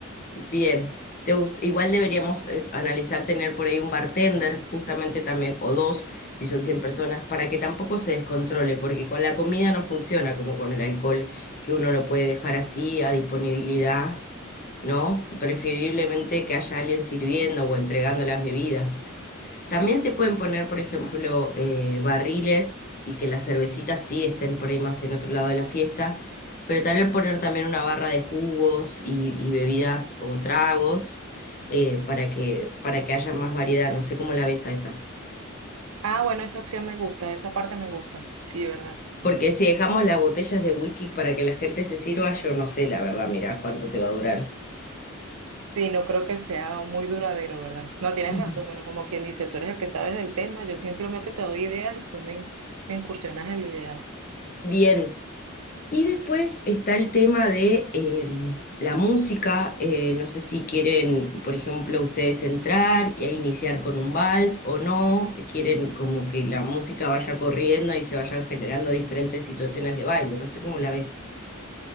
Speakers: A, on the left; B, on the right.
A: Bien, Te gust- igual deberíamos eh, analizar tener por ahí un bartender, justamente también, o dos, si son 100 personas, para que tampoco se descontrole, porque con la comida no funciona como con el alcohol, que uno lo puede dejar así a disponibilidad, ¿no? Preferiblemente que haya alguien sirviendo o entregando las bebidas. También se pueden poner, por ejemplo, eh, barriles y que las cervecitas sí estén por ahí más en otro lado de la fiesta pero tal vez poner también una barra de jugos y, y bebidas o tragos eh, para que, para que haya más variedad. No sé cómo la ves a esa.
B: Ah, bueno, esa opción me gusta, esa parte me gusta, sí, ¿verdad?
A: Porque si dejamos las botellas de whisky para que la gente se sirva, yo no sé, la verdad, mira cuánto te va a durar.
B: Sí, no creo que sea muy duradero, ¿verdad? No, tienes
A: Ujú.
B: razón, bueno, como quien dice, tú eres el que sabes del tema, yo simplemente te doy ideas y tú me, in- me incursionas en lo ideal.
A: Bien, Y después está el tema de eh, la música. eh, no sé si quieren, por ejemplo, ustedes entrar y ahí iniciar con un vals o no. Quieren como que la música vaya corriendo y se vayan generando diferentes situaciones de baile. No sé cómo la ves.